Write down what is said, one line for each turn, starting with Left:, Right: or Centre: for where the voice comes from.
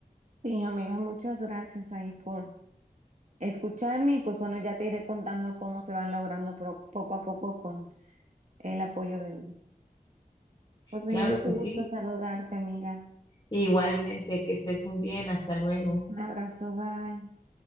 Right: Sí, amiga, muchas gracias ahí por escucharme y pues bueno, ya te iré contando cómo se van logrando pro- poco a poco con el apoyo de Dios. Pues me
Left: Claro
Right: dio mucho
Left: que
Right: gusto
Left: sí.
Right: saludarte, amiga.
Left: Igualmente, que estés muy bien. Hasta luego.
Right: Un abrazo, bye.